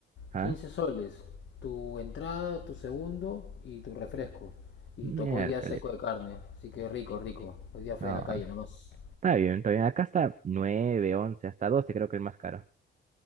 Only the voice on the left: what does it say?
15 soles. Tu entrada, tu segundo y tu refresco. Y
tocó hoy día seco de carne. Así que rico, rico. Hoy día fue
de la calle nomás.